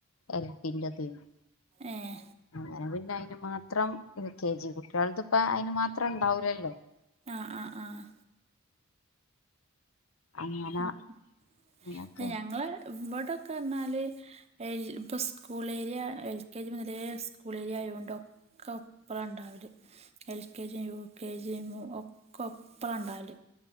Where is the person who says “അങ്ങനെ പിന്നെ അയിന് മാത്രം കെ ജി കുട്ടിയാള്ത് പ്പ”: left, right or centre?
Left